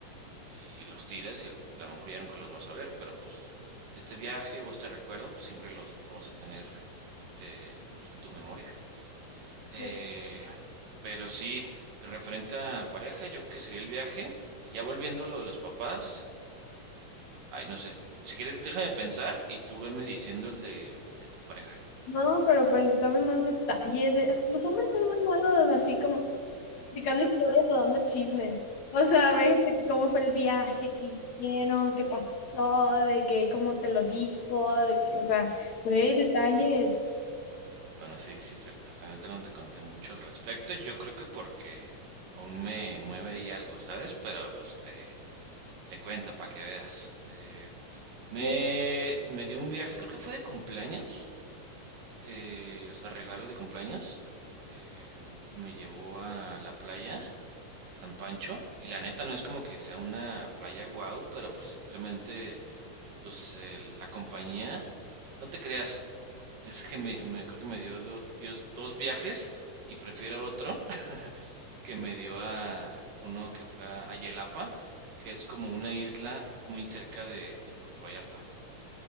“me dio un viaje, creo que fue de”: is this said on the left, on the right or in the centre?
Right